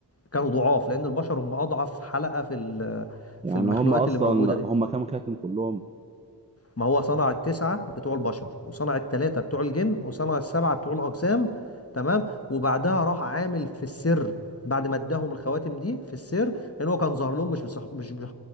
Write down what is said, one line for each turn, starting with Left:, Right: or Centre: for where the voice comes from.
Left: كانوا ضعاف لان البشر هم اضعف حلقة في ال-
Right: يعني
Left: في المخلوقات
Right: هم اصلا
Left: اللي موجودة دي
Right: هم كام خاتم كلهم
Left: ما هو صنع التسعة بتوع البشر وصنع التلاتة بتوع الجن وصنع السبعة بتوع الأجسام تمام وبعدها راح عامل في السر بعد ما اداهم الخواتم دي في السر لان هو كان ظاهر لهم مش بصح... مش بش...